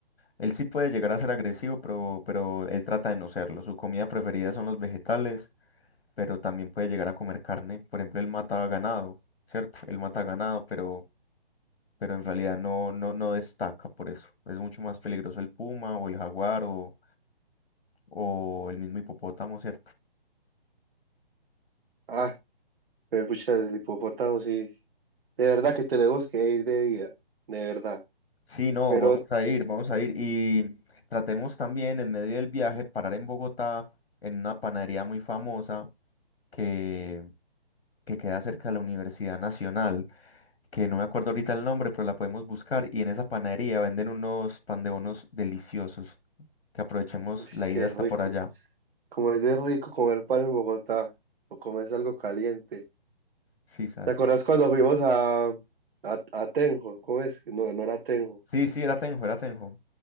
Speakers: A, on the left; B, on the right.
A: él sí puede llegar a ser agresivo, pero, pero él trata de no serlo. Su comida preferida son los vegetales, pero también puede llegar a comer carne. Por ejemplo, él mata ganado, ¿cierto? Él mata ganado, pero pero en realidad no, no, no destaca por eso. Es mucho más peligroso el puma o el jaguar o, o el mismo hipopótamo, ¿cierto?
B: Ah, me pucha, el hipopótamo, sí. De verdad que tenemos que ir de día, de verdad.
A: Sí, no,
B: Pero,
A: vamos a ir, vamos a ir. Y tratemos también en medio del viaje parar en Bogotá, en una panadería muy famosa que, que queda cerca de la Universidad Nacional, que no me acuerdo ahorita el nombre, pero la podemos buscar. Y en esa panadería venden unos pan de bonos deliciosos. Que aprovechemos
B: uy,
A: la
B: qué
A: ida hasta
B: rico.
A: por allá.
B: Como es de rico comer pan en Bogotá, o comes algo caliente.
A: Sí, ¿sabes?
B: ¿Te acuerdas cuando fuimos a, a, a Tenjo? ¿Cómo es? No, no era Tenjo.
A: Sí, sí, era Tenjo, era Tenjo.